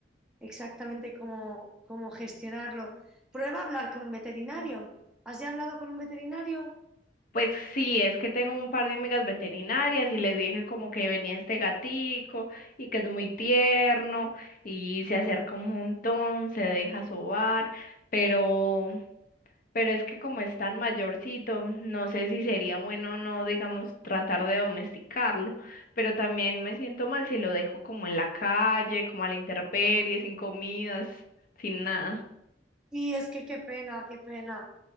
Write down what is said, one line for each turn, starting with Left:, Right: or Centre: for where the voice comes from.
Centre: exactamente cómo, cómo gestionarlo. Prueba a hablar con un veterinario. ¿Has ya hablado con un veterinario?
Left: Pues sí, es que tengo un par de amigas veterinarias y les dije como que venía este gatico y que es muy tierno y se acerca un montón, se deja sobar, pero pero es que como es tan mayorcito, no sé si sería bueno o no, digamos, tratar de domesticarlo, pero también me siento mal si lo dejo como en la calle, como a la intemperie, sin comidas, sin nada.
Centre: Y es que qué pena, qué pena.